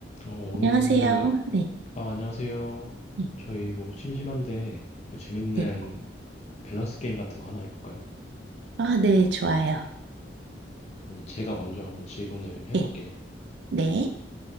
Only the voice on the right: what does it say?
안녕하세요. 네,
네,
네.
아, 네, 좋아요.
예, 네,